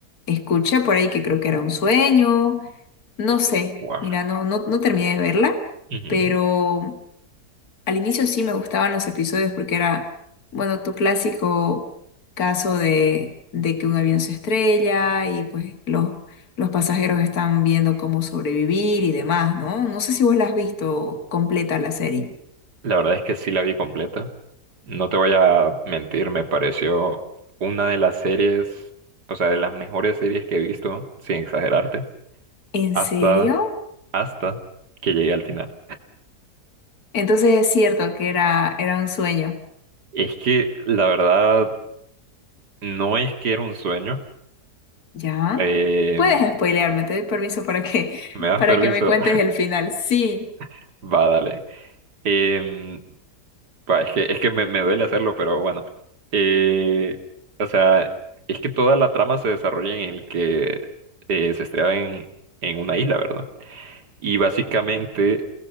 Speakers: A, on the left; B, on the right.
A: Escuché por ahí que creo que era un sueño, no sé.
B: Wow.
A: Mira, no, no, no terminé de verla,
B: Ujú.
A: pero al inicio sí me gustaban los episodios porque era, bueno, tu clásico caso de, de que un avión se estrella y pues los, los pasajeros están viendo cómo sobrevivir y demás, ¿no? No sé si vos la has visto completa la serie.
B: La verdad es que sí la vi completa. No te voy a mentir, me pareció una de las series, o sea, de las mejores series que he visto, sin exagerarte,
A: ¿En
B: hasta,
A: serio?
B: hasta que llegué al final.
A: Entonces es cierto que era, era un sueño.
B: Es que la verdad no es que era un sueño.
A: ¿Ya?
B: Eh,
A: Puedes spoilearme, te doy permiso para que, <laughs>
B: ¿me das
A: para
B: permiso?
A: que me cuentes el final. Sí.
B: <laughs> Va, dale. Em, pa, es que, es que me, me duele hacerlo, pero bueno. Eh, o sea, es que toda la trama se desarrolla en el que eh, se estrella en, en una isla, ¿verdad? Y básicamente